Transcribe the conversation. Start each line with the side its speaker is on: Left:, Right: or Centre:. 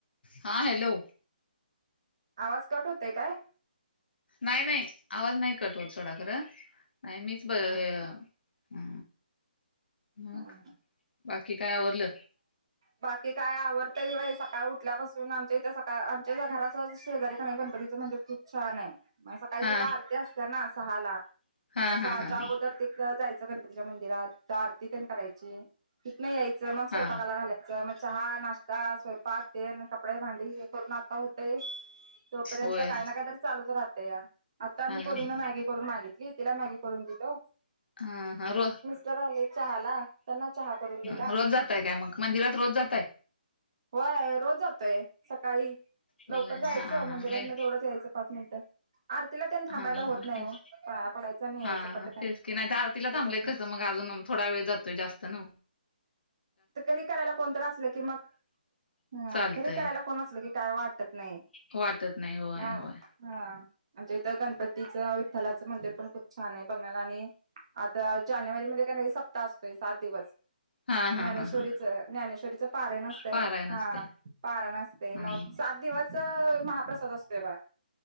Left: हा हॅलो
Right: आवाज कट होतय काय
Left: नाही नाही आवाज नाही कटव सथोडा खर नाही मीच हा मग
Right: हा हा
Left: बाकी काय आवरडलं
Right: बाकी काय आवडतई आहे सकाळ उठल्यापासून आमच्या इथे सकाळ आमच्या घराच शेजारी खा गणपतीचं मंदिर खूप छान आहे मग सकाळी
Left: हा
Right: तिथे आरती असत्या ना सहा ला
Left: हा
Right: मग
Left: हा
Right: सहाच्या
Left: हा
Right: अगोदर
Left: ह
Right: तिथ जायचं गणपच्या मंदिरात आरती पण करायची तिथनं यायचं मग स्वयंपाकाला
Left: हा
Right: घालायचं मग चहा नाश्त स्वयंपाक तेन कपडे भांडी हे करून आता होते तोपर्यंत
Left: होय
Right: काय ना काय तरी चालूच राहतें या आता आणि
Left: हा ह
Right: पोरीन मॅगी करून मागितली तिला मॅगी करून दिलं
Left: हा ह हव
Right: ते राहिले चहा ला त्यांना चहा करून दिला
Left: हा रोज जाताय काय मग मंदिरात रोज जातय
Right: होय रोज जातोय सकाळी
Left: होय
Right: लवकर जायचं
Left: हा हा
Right: मंदिरातन
Left: नाही
Right: तेवढंच यायचं पाच मिनट आरतीला त्यांन थांबायला
Left: हा हा
Right: होत नाही
Left: तेच
Right: हो पाया पडायचं आणि यायचं
Left: हा
Right: पटकन
Left: हा तेच
Right: फक्त
Left: की नाही तर आरतीला थांबले
Right: पडून
Left: कसं मग अजून थोडा वेळ जातोय जास्त ना
Right: घरी करायला कोणत असल की मग हा
Left: चालतंय
Right: घरी करायला फोन असल की काय वाटत नाही
Left: वाटत नाही होय
Right: हा
Left: होय
Right: म्हणजे इथ गणपतीचं विठ्ठलाचं मंदिर पण खूप छान आहे बघण्याला आणि आता जानेवारी मध्ये का नाही सप्ताह असतोय सात दिवस.
Left: हा
Right: ज्ञानेश्वरीच
Left: हा हा हा
Right: ज्ञानेश्वरीच पारायण असतय
Left: पारायण
Right: हा
Left: असते
Right: पारायण असते
Left: हा
Right: मग सात दिवस च. महाप्रसाद असते बघा.